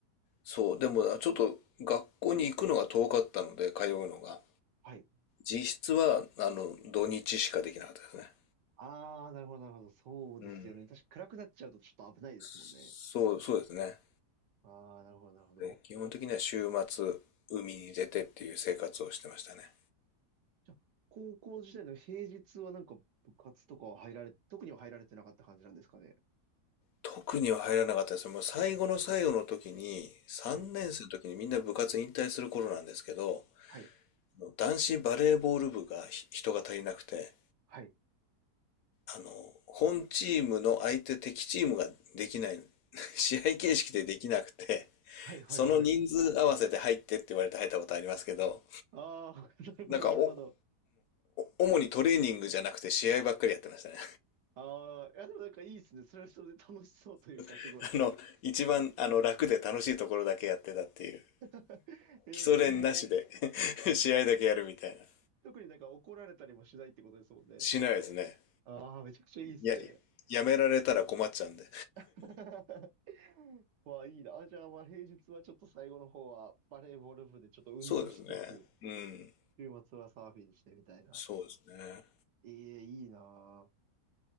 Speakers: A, on the left; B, on the right.
A: そう、でもなちょっと学校に行くのが遠かったので、通うのが。
B: はい。
A: 実質は、あの、土日しかできなかったですね。
B: ああ、なるほど、なるほど。そうですよね。
A: うん。
B: 確か暗くなっちゃうとちょっと危ないですもんね。
A: そう、そうですね。
B: ああ、なるほど、なるほど。
A: で、基本的には週末、海に出てっていう生活をしてましたね。
B: じゃあ、高校時代の平日はなんか部活とかは入られ、特には入られてなかった感じなんですかね。
A: 特には入らなかったですね。もう最後の最後の時に、3年生の時にみんな部活引退する頃なんですけど、
B: はい、はい、
A: あの男子バレーボール部がひ人が足りなくて、
B: はい、
A: あの、本チームの相手敵チームができない、<laughs> 試合形式でできなくて、
B: はい、はい、
A: その人数合わせて入ってって言われて入ったことありますけど、
B: はい。はいああ、<laughs>
A: なんかお、
B: なるほど、なるほど。
A: お主にトレーニングじゃなくて試合ばっかりやってましたね。
B: ああ、いや、でもなんかいいですね。それはそれで楽しそうというか、すごい。
A: <laughs> あの、一番あの楽で楽しいところだけやってたっていう。
B: <laughs> えー、
A: 基礎練なしで
B: いいっすね
A: <laughs> 試合だけやるみたいな。
B: 特になんか怒られたりもしないってことですもんね。
A: しないですね。
B: ああ、めちゃくちゃいいですね。
A: いや、やめられたら困っちゃうんで。
B: <laughs> まあいいな。あ、じゃあまあ平日はちょっと最後の方はバレーボール部でちょっと運動しつつ、
A: そうですね。うん。
B: 週末はサーフィンしてみたいな。
A: そうですね。
B: ええ、いいな